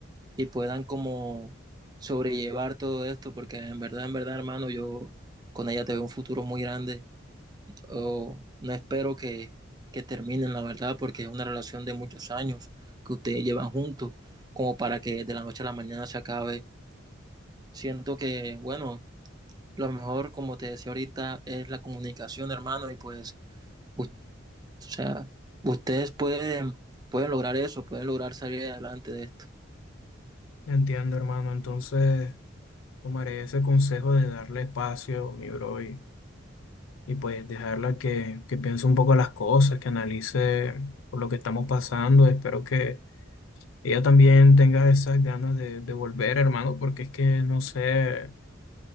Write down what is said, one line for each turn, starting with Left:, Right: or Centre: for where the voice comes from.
Right: y puedan como sobrellevar todo esto, porque en verdad, en verdad, hermano, yo con ella te veo un futuro muy grande. Oh, no espero que, que terminen, la verdad, porque es una relación de muchos años que ustedes llevan juntos, como para que de la noche a la mañana se acabe. Siento que, bueno, lo mejor, como te decía ahorita, es la comunicación, hermano, y pues, u- o sea, ustedes pueden, pueden lograr eso, pueden lograr salir adelante de esto.
Left: Entiendo, hermano, entonces tomaré ese consejo de darle espacio, mi bro, y, y pues dejarla que, que piense un poco las cosas, que analice por lo que estamos pasando, espero que ella también tenga esas ganas de, de volver, hermano, porque es que no sé,